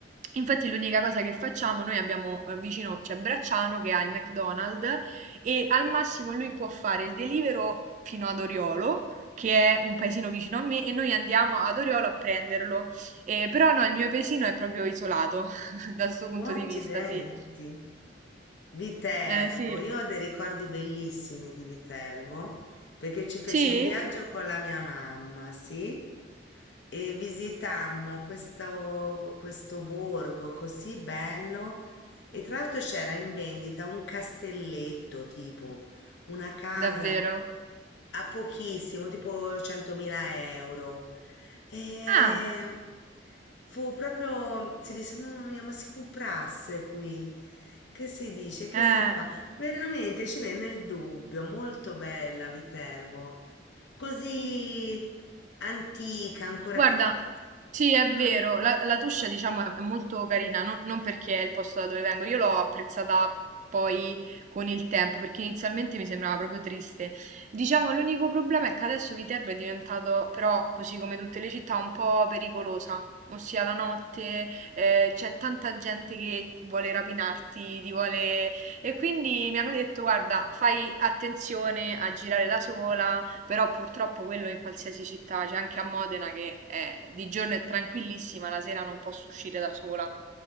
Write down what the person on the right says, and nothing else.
Infatti l'unica cosa che facciamo, noi abbiamo, ehm, vicino c'è Bracciano che ha il McDonald's e al massimo lui può fare il Deliveroo fino ad Oriolo, che è un paesino vicino a me, e noi andiamo ad Oriolo a prenderlo. Ehm, però no, il mio paesino è proprio isolato <laughs> da 'sto punto di
vista, sì.
Ehm, sì.
Sì?
Davvero?
Ah,
eh.
Guarda, sì, è
vero, la, la Tuscia diciamo è è molto carina, no- non perché è il posto da dove vengo, io l'ho apprezzata poi con il tempo, perché inizialmente mi sembrava proprio triste. Diciamo, l'unico problema è che adesso Viterbo è diventato, però, così come tutte le città, un po' pericolosa. Ossia, la notte, eh, c'è tanta gente che vuole rapinarti, ti vuole... E quindi mi hanno detto, guarda, fai attenzione a girare da sola, Però purtroppo quello in qualsiasi città, c'è anche a Modena che eh, di giorno è tranquillissima, la sera non posso uscire da sola